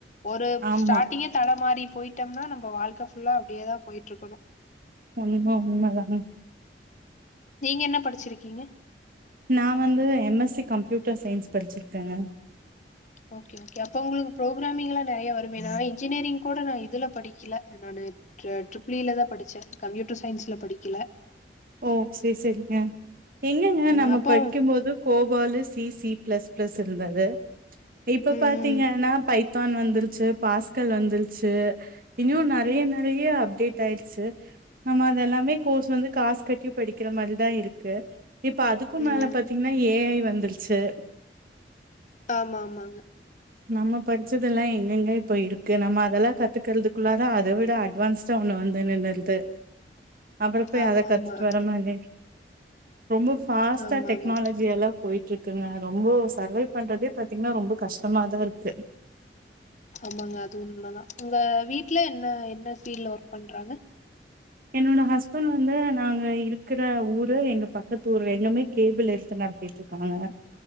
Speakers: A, on the left; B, on the right.
A: ஒரு
B: ஆமா
A: ஸ்டார்டிங்கே தட மாறி போயிட்டம்னா நம்ப வாழ்க்க ஃபுல்லா அப்டியேதா போயிட்ருக்கணு
B: <unintelligible> உன்மதா <unintelligible>
A: நீங்க என்ன படிச்சிருக்கீங்க
B: நா வந்து M S C computer science படிச்சிருக்கங்க
A: ஓகே ஓ எப்ப உங்களுக்கு ப்ரோகராமிங்ளா நெறையா வருமேன்னா இன்ஜினியரிங் கூட நா இதுல படிக்கில நானு ஜடுப்பில்ல தா படிச்ச கம்ப்யூட்டர் சயின்ஸ்ல படிக்கல
B: ஓ சேர் சேரிங்க எங்கங்க
A: அ
B: நம்ம
A: அப்போ
B: படிக்கும் போது Gopalu C C plus plus இருந்தது இப்ப
A: ம்
B: பாத்தீங் எனாப் பைவ் தான் வந்துருச்சி பாஸ்கள் வந்துருச்சே இன்யூ நறைய நறைய அப்டேட் ஆயிடுச்சு நம்ம அதெல்லாமே கோர்ஸ் வந்து காஸ் கட்டி படிக்குற மாரிதா இருக்கு இப்ப அதுக்கு மேல
A: ம்
B: பாத்தீங்னா ஏ ஐ வந்துருச்சே
A: ஆமா ஆமாங்க
B: நம்ம படிச்சதெல்லா எங்கெங்க இப்ப இருக்கு நம்ம அதெல்லா கத்துக்கறதுக்குள்ளாரா அத விட அட் வான்ஸ்டா ஒன்னு வந்து நின்னுறுது அப்பற பேய்
A: ஆமா
B: அத கத்துட்டு
A: ஆமா
B: வர மாரி ரொம்ப ஃபாஸ்ட்டா
A: ஆமா
B: டெக்னாலஜி
A: ஆமா
B: எல்லா போயிட்ருக்குங்க ரொம்போ சர்வைவ் பண்றதே பாத்தீங்னா ரொம்ப கஷ் டமாதாருக்கு
A: ஆமாங்க அது உண்மதா உங்க வீட்ல என்ன என்ன ஃபீல்ட்ல ஒர்க் பண்றாங்க
B: என்னோட ஹஸ்பண்ட் வந்து நாங்க இருக்கற ஊரு எங்க பக்கத்து ஊர்ல எங்கமே கேபிள் எடுத்து நடத்திட்டு அ அ